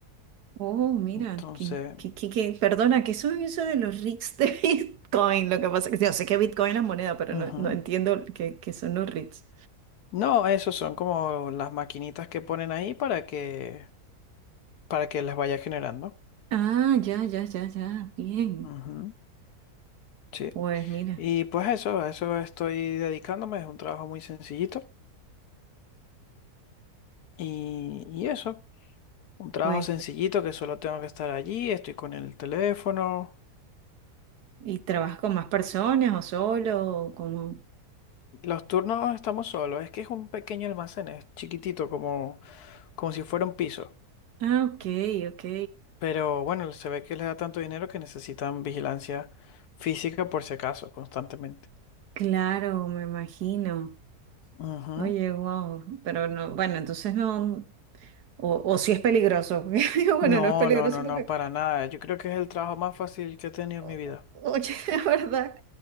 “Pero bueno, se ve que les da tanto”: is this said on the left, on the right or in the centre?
Left